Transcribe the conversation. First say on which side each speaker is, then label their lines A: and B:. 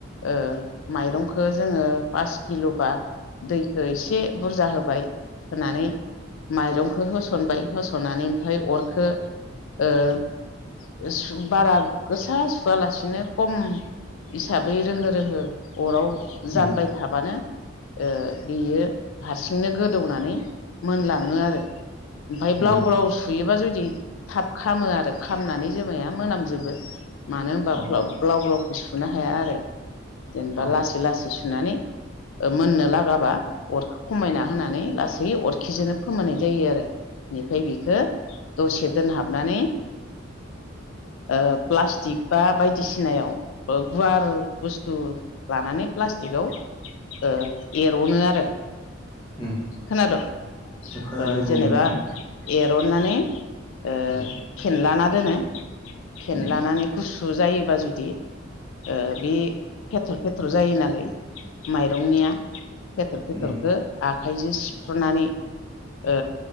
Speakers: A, on the left; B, on the left.
A: ओ माइरंखो जोङो पास किल'बा दैखो इसे बुरजा होबाय होनानै माइरंखो होसनबाय होसननानै ओमफाय अरखो ओ सु बारा गोसा सुवालासिनो खम इसाबै रोहो रोहो अराव
B: उम
A: जानबाय थाबानो ओ बियो हारसिंनो गोदौनानै मोनलाङो आरो ओमफाय
B: उम
A: ब्लाव
B: उम
A: ब्लाव सुयोबा जुदि थाब खामो आरो खामनानै जोमाया मोनामजोबो मानो होनबा
B: औ
A: फ्लाब ब्लाव ब्लाव खौ सुनो हाया आरो जेनेबा
B: औ
A: लासै लासै सुनानै ओ मोननो लागाबा अरखौ खमायना होनानै लासै अरखिजोंनो फोमोननाय जायो आरो निफाय बिखो दसे दोनहाबनानै ओ प्लास्टिक बा बायदिसिनायाव ओ गुवार बुस्थु लानानै प्लास्टिकआव ओ एर'नो आरो
B: उम
A: खोनाद' ओ
B: खोनादो बुं
A: जेनेबा
B: ओमफ्राय
A: एरननानै ओ
B: उम
A: फेनलाना दोनो फेनलानानै
B: उम
A: गुसु जायोबा जुदि ओ बे फेथर फेथर जायो नालाय माइरंनिया फेथर फेथरखो
B: उम उम
A: आखाइजों सिफ्र'नानै ओ